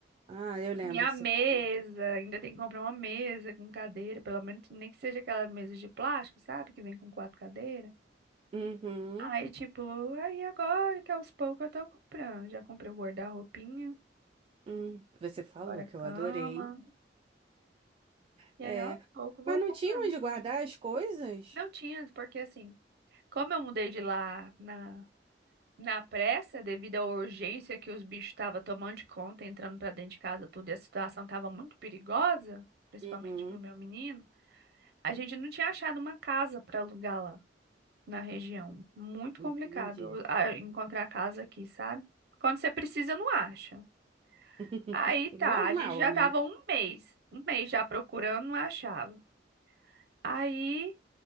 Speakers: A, on the right; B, on the right.
A: Ah, eu lembro
B: Minha
A: que
B: mesa,
A: você falou.
B: ainda tem que comprar uma mesa com cadeira, pelo menos nem que seja aquela mesa de plástico, sabe? Que vem com quatro cadeiras.
A: Uhum.
B: Aí, tipo, aí agora que aos poucos eu tô comprando. Já comprei o guarda-roupinha,
A: Hum, Você falou
B: agora a
A: que eu
B: cama.
A: adorei.
B: E
A: É.
B: aí, aos poucos, vou
A: Mas não
B: comprando
A: tinha
B: as
A: onde
B: coisas.
A: guardar as coisas?
B: Não tinha, porque assim, como eu mudei de lá na, na pressa, devido à urgência que os bichos estavam tomando de conta, entrando pra dentro de casa, tudo, e a situação tava muito perigosa, principalmente
A: Uhum.
B: pro meu menino, a gente não tinha achado uma casa pra alugar lá na região. Muito
A: Entendi.
B: complicado ah, encontrar casa aqui, sabe? Quando você precisa, não acha.
A: <laughs>
B: Aí tá,
A: Normal,
B: a gente já
A: né?
B: tava um mês, um mês já procurando, não achava. Aí